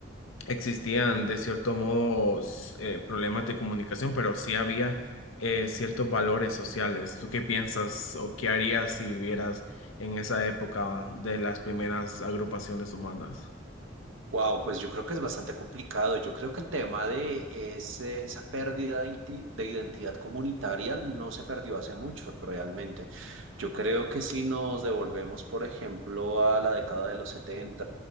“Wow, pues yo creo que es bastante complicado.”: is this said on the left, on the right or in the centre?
Right